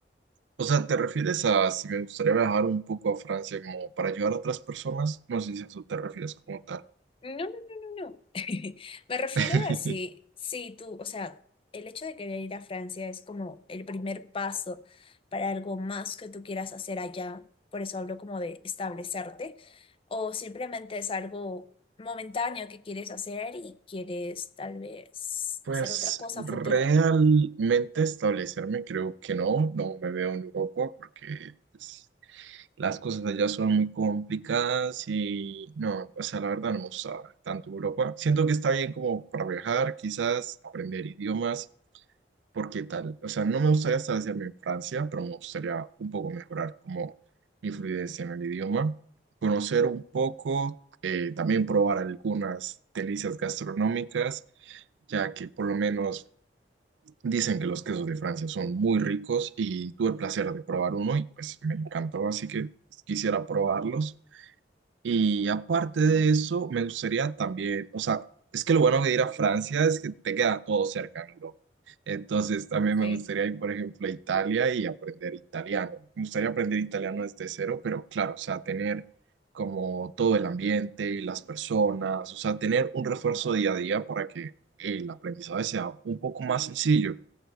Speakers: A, on the right; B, on the left.
A: O sea, ¿te refieres a si me gustaría viajar un poco a Francia como para ayudar a otras personas? No sé si a eso te refieres como tal.
B: No, no, no, no, no. <laughs> Me refiero
A: <laughs>
B: a si, si tú, o sea, el hecho de querer ir a Francia es como el primer paso para algo más que tú quieras hacer allá. Por eso hablo como de establecerte. O simplemente es algo momentáneo que quieres hacer y quieres tal vez
A: Pues
B: hacer otra cosa
A: realmente
B: a futuro.
A: establecerme creo que no, no me veo en Europa porque pues, las cosas allá son muy complicadas y no, o sea, la verdad no me gusta tanto Europa. Siento que está bien como para viajar, quizás aprender idiomas, porque tal, o sea, no me gustaría estar haciendo en Francia, pero me gustaría un poco mejorar como mi fluidez en el idioma, conocer un poco, eh, también probar algunas delicias gastronómicas, ya que por lo menos dicen que los quesos de Francia son muy ricos y tuve el placer de probar uno y pues me encantó, así que quisiera probarlos. Y aparte de eso, me gustaría también, o sea, es que lo bueno de ir a Francia es que te queda todo cerca en Europa. Entonces, también
B: Sí.
A: me gustaría ir, por ejemplo, a Italia y aprender italiano. Me gustaría aprender italiano desde cero, pero claro, o sea, tener como todo el ambiente, las personas, o sea, tener un refuerzo día a día para que el aprendizaje sea un poco más sencillo.